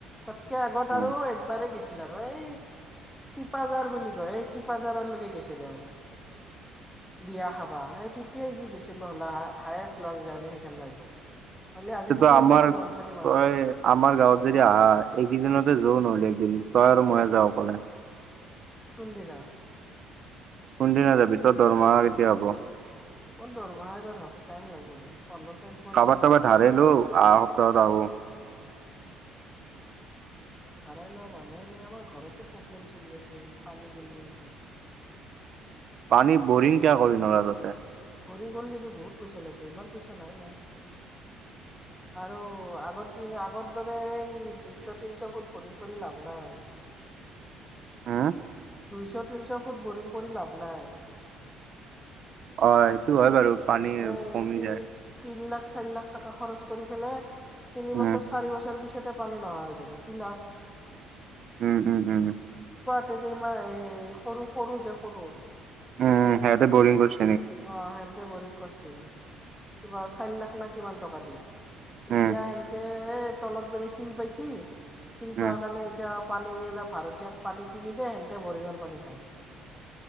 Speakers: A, in the centre; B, on the right.
A: তাতকে আগত
B: অ
A: আৰু একেবাৰেই গেছো আৰু এই চিপাজাৰ বুলি কয়। এই চিপাজাৰলৈকে গেছিলো আৰু। বিয়া খাবা আৰু তেতিয়াই যি গৈছিলো হ'ল হ হায়েষ্ট লং যাৰ্নী সেইখন বাইকত। হ'লে আজিলৈকে
B: সেইটো
A: সেইখনত
B: আমাৰ
A: লং জাৰ্ণি মাৰা
B: তই
A: নাই।
B: আমাৰ গাঁৱত যদি আহা এইকেইদিনতে যোন হলে দিম তই আৰু ময়ে যাও অকলে।
A: কোন দিনা
B: কোন দিনা যাবি তৰ দৰমহা কেতিয়া হব?
A: অ দৰমাহা এবাৰ হহতে টাইম লাগব ৰে। পোন্ধৰ তাৰিখ মানলৈকে
B: কাৰোবাৰ তাবাৰ
A: যাব
B: ধাৰে
A: পাৰে।
B: লো আহা সপ্তাহত যাবো।
A: ধাৰাই লোৱা মানুহে নাই, আমাৰ ঘৰতে প্ৰব্লেম চলি আছে, পানী কিনি আছে।
B: পানী বৰিং কিয় কৰি নল তাতে?
A: বৰিং কৰলিছো বহুত পইচা লাগিব, ইমান পইচা নাই না। আৰু আগৰ দিন আগৰ দৰে এই দুশ- দুশ তিনিশ ফুট বৰিং কৰি লাভ নাই।
B: হম।
A: দুইশ তিনিশ ফুট বৰিণ কৰি লাভ নাই।
B: অ সেইটো হয় বাৰু। পানী
A: এই
B: কমি
A: তিন
B: যায়
A: তিন লাখ চাৰি লাখ টকা খৰচ কৰি কিনে তিনি
B: উম,
A: বছৰ চাৰি বছৰ পিছত তে পানী নহা হৈ যাব কি লাভ।
B: উম উম উম।
A: তা যে ইয়াৰ সৰু সৰু যে সৰু,
B: উম সে তে বৰিং কছ-
A: অ সিহতে বৰিং কৰিছিল কিবা চাৰি লাখ না কিমান টকা দি?
B: উম,
A: এতিয়া সেহতে এ তলত বেলে শিল পাইছি শিল
B: উম।
A: পোৱা কাৰণে এতিয়া, পানী কেলে ভাৰতীয়াক পানী কিনি দে সেহতে বৰিহৰ পানী খায়।